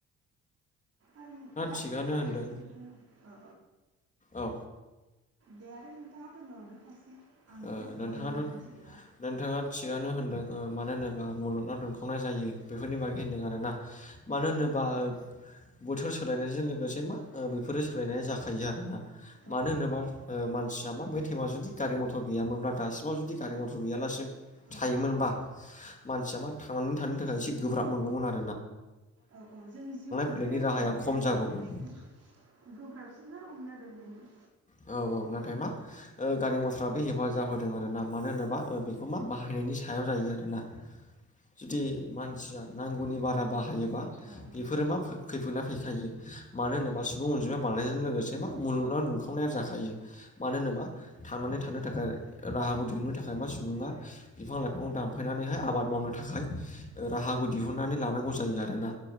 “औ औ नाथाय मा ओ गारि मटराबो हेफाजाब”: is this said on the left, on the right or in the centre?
Left